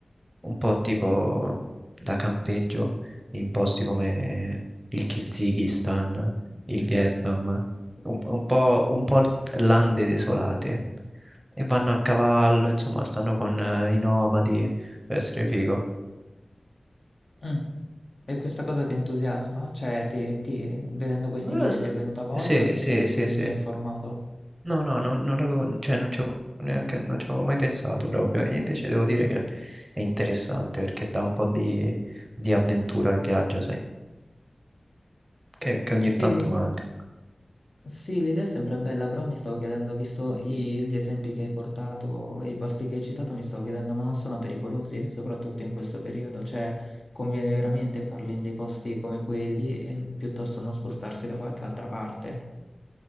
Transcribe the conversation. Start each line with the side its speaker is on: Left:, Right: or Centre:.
Right: un po' tipo da campeggio in posti come il Kirghizistan, il Vietnam, un, un po', un po' lande desolate. E vanno a cavallo, insomma, stanno con eh, i nomadi, deve essere figo.
Left: Mm. E questa cosa ti entusiasma? Cioè, ti, ti- vedendo questi
Right: Non
Left: video
Right: lo so.
Left: ti è venuta voglia
Right: Sì,
Left: o ti
Right: sì,
Left: sei,
Right: sì,
Left: ti eri
Right: sì.
Left: già informato?
Right: No, no, non, non l'avevo, cioè, non ci avevo neanche, non ci avevo mai pensato proprio. E invece devo dire che è interessante perché dà un po' di, di avventura al viaggio, sai, che, che ogni
Left: Sì,
Right: tanto
Left: li-
Right: manca.
Left: Sì, l'idea sembra bella, però mi stavo chiedendo, visto i- gli esempi che hai portato e i posti che hai citato, mi stavo chiedendo, ma non sono pericolosi, soprattutto in questo periodo? Cioè, conviene veramente farli in dei posti come quelli e piuttosto non spostarsi da qualche altra parte?